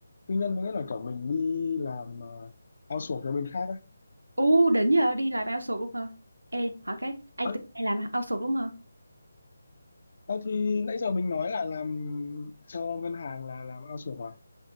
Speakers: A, on the left; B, on the right.
A: tư nhân có nghĩa là kiểu mình đi làm uh, outsource cho bên khác á
B: U đỉnh giờ đi làm outsource luôn hả? Ê, hỏi cái IT
A: à,
B: hay làm outsource đúng không?
A: à, thì nãy giờ mình nói là làm cho ngân hàng là làm outsource mà